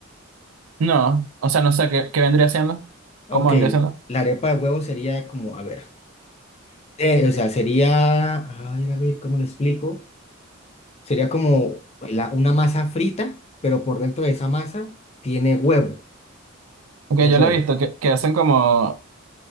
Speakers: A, on the right (about 80°); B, on the left (about 30°).
A: No, o sea, no sé qué, qué vendría siendo,
B: Ok,
A: cómo vendría siendo.
B: la arepa de huevo sería como, a ver. Eh, o sea, sería, ay, a ver, ¿cómo lo explico? Sería como la- una masa frita, pero por dentro de esa masa tiene huevo,
A: Aunque
B: tiene
A: yo
B: huevo.
A: lo he visto, que, que hacen como,